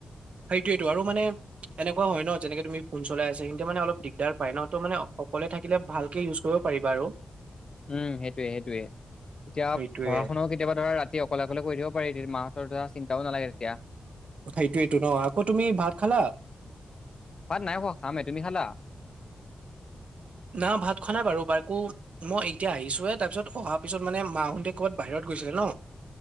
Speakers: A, on the right; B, on the left.
A: সেইটোয়েইটো আৰু মানে এনেকুৱা হয় ন যেনেকে তুমি ফোন চলাই আছা তিয়া মানে অলপ দিগদাৰ পায় ন, তো মানে সকোৱলে থাকিলে ভালকে ইউজ কৰিব পাৰিবা আৰু
B: উম, সেইটোয়ে সেইটোয়ে এতিয়া
A: সেইটোয়ে
B: পঢ়া শুনাও কেতিয়াবা ধৰা ৰাতি অকলে অকলে কৰি দিব- মাহতৰ ধৰা চিন্তাও নাগে তেতিয়া
A: কথা এইটোৱ এইটো ন আকৌ তুমি ভাত খালা
B: <unintelligible> নাই খামে তুমি খালা?
A: না ভাত খোৱা নাই বাৰু, বাৰ একো মই এতিয়া আহিছোে তাৰপিছত অ ত পিছত মানে মাহতে কৰ'বাত বাহিৰত গৈছিলে ন,